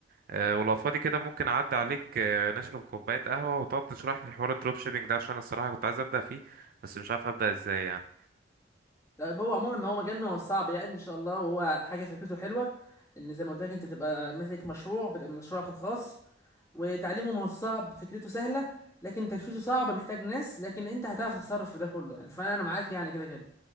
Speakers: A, on the right (about 50°); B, on the left (about 20°).
A: آه، ولو فاضي كده ممكن اعدي عليك آه، نشرب كوباية قهوة وتقعد تشرح لي حوار الدروب شيبينج ده عشان الصراحة كنت عايز ابدأ فيه بس مش عارف ابدأ ازاي يعني
B: طيب هو عموما ما هو مجال ما هو صعب يعني ان شاء الله وهو حاجه فكرته حلوه ان زي ما قلت لك انت بتبقى ماسك مشروع بتبقى مشروعك الخاص وتعليمه ما هو صعب فكرته سهله لكن تنفيذه صعب محتاج ناس لكن انت هتعرف تتصرف في ده كله يعني فانا معاك يعني كده كده